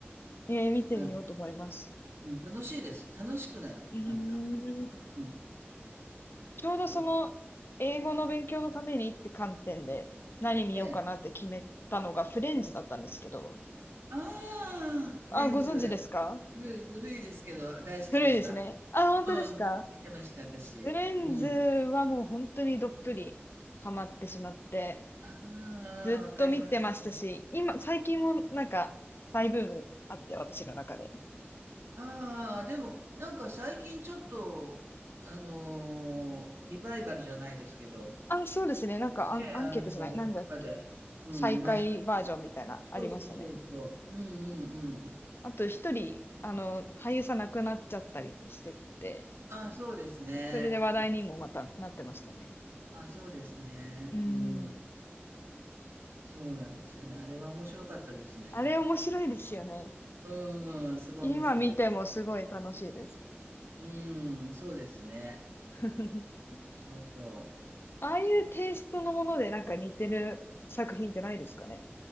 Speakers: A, on the left; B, on the right.
A: えー見てみようと思います。
B: なんかうん、楽しいです。楽しくなる、
A: うーん。
B: なんか。うん、
A: ちょうどその、
B: そう。
A: 英語の勉強のためにって観点で、何見ようかなって決めたのがフレンズだったんですけど、
B: えああ、フレンズ。
A: あ、ご存知ですか
B: 古い、古いですけど、大好きでした。
A: 古いですね。あ、本当ですか
B: うん、見てました、私。
A: フィレンズはもう本当にどっぷりハマってしまって、
B: うん。ああ、
A: ずっと見てましたし、
B: わかります。
A: 今、最近もなんか再ブームあって、私の中で。
B: ああ、でも、なんか最近ちょっと、あのーリバイバルじゃないですけど、
A: あ、そうですね。なんかアン、
B: ねあのーどっかで、
A: アンケートじゃない。なんだっけ。
B: うん、
A: 再開バージョンみたいな、
B: 見ました。
A: ありましたね。
B: そうそうそうそう。うんうんうん。
A: あと一人、あの、俳優さん亡くなっちゃったりしてて、
B: ああ、そうですね。
A: それで話題にもまたなってましたね。
B: あ、そうですね。
A: うん。
B: うん。そうなんですよね。あれは面白かったですね。
A: あれ面白いですよね。
B: うん、すごい面白いです。
A: 今見てもすごい楽しいです。
B: うん、そうですね。
A: <laughs>
B: そうそう。
A: ああいうテイストのものでなんか似てる作品ってないですかね。